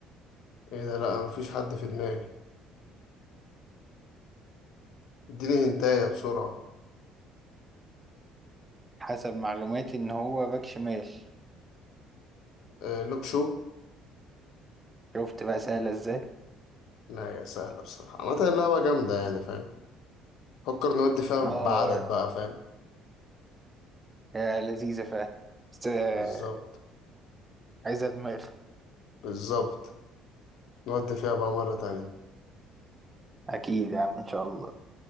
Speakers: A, on the left; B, on the right.
A: ايه ده لا مفيش حد في دماغي اديني هنتاية بسرعة
B: حسب معلوماتي ان هو باك شمال
A: آه، لوك شو
B: شفت بقى سهلة ازاي
A: لا يا سهلة بصراحة عامة اللعبة جامدة يعني فاهم فكر نودي فيها
B: اه
A: بعدد بقى فاهم
B: يا لذيذة فعلا بس آه،
A: بالظبط
B: عايزة دماغ
A: بالظبط نودي فيها بقى مرة تانية
B: اكيد يا عم ان شاء الله